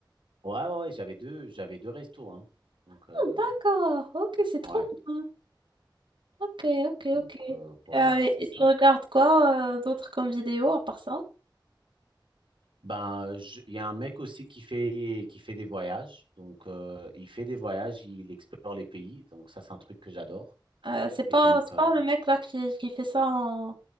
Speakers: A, on the right (about 85°); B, on the right (about 75°).
A: ouais, ouais, ouais, j'avais deux, j'avais deux restos, hein. Donc, euh,
B: D'accord. Ok, c'est trop
A: ouais.
B: bien. Ok, ok,
A: Donc,
B: ok.
A: euh, voilà,
B: Euh,
A: c'est
B: et
A: ça.
B: tu regardes quoi euh, d'autre comme vidéo à part ça?
A: Ben, je- il y a un mec aussi qui fait, qui fait des voyages. Donc, euh, il fait des voyages, il explore les pays. Donc, ça, c'est un truc que j'adore.
B: Euh, c'est pas,
A: Et donc,
B: c'est
A: euh,
B: pas le mec là qui, qui fait ça en,